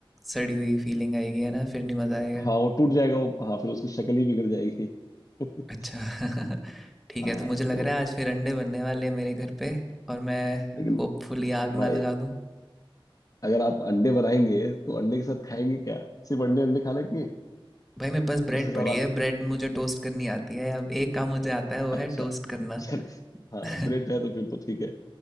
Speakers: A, in the centre; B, on the left.
A: सड़ी हुई फीलिंग आएगी है ना फिर नहीं मज़ा आएगा
B: हाँ वो टूट जाएगा वो हाँ फिर उसकी शक्ल ही बिगड़ जाएगी <laughs>
A: अच्छा <laughs> ठीक
B: हाँ
A: है तो मुझे लग
B: तो
A: रहा है आज फिर अंडे बनने वाले हैं मेरे घर पे और मैं
B: लेकिन
A: होपफुली आग
B: भाई
A: ना लगा दूं
B: अगर आप अंडे बनाएंगे तो अंडे के साथ खाएंगे क्या सिर्फ अंडे अंडे खा लेंगे
A: भाई मेरे पास ब्रेड
B: उसके साथ
A: पड़ी है
B: आप
A: ब्रेड मुझे टोस्ट करनी आती है अब एक काम मुझे आता है वो
B: अच्छा
A: है टोस्ट करना
B: चलिए हाँ
A: <laughs>
B: ब्रेड है तो फिर तो ठीक है